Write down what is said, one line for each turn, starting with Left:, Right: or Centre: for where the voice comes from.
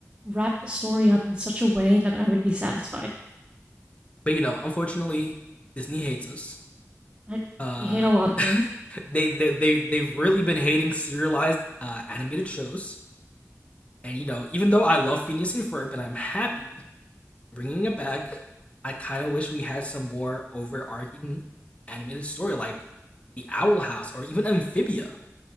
Right: wrap the story up in such a way that I would be satisfied.
Left: But you know, unfortunately, Disney hates us.
Right: I,
Left: Uh,
Right: I hate a lot of things.
Left: <laughs> they they they they've really been hating serialized uh, animated shows, and you know, even though I love Phineas and Ferb, and I'm happy bringing it back. I kind of wish we had some more overarching animated story, like the Owl House or even Amphibia.